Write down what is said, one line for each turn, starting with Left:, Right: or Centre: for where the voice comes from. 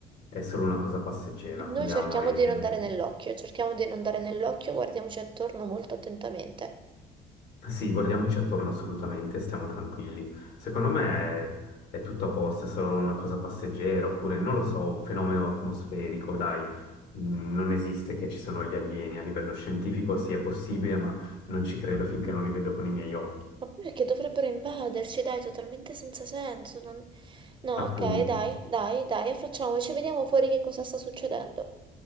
Left: è solo una cosa passeggera.
Right: noi
Left: Andiamo
Right: cerchiamo
Left: e
Right: di
Left: vediamo.
Right: non dare nell'occhio, cerchiamo di non dare nell'occhio, guardiamoci attorno molto attentamente.
Left: Sì, guardiamoci attorno assolutamente, stiamo tranquilli. Secondo me è, è tutto a posto, è solo una cosa passeggera, oppure non lo so, un fenomeno atmosferico, dai. Mm, Non esiste che ci sono gli alieni a livello scientifico, sì, è possibile, ma non ci credo <laughs> finché non li vedo con i miei occhi.
Right: Ma poi perché dovrebbero invaderci? Dai, totalmente senza senso. non- No,
Left: Appunto.
Right: ok, dai, dai, dai, facciamoci, vediamo fuori che cosa sta succedendo.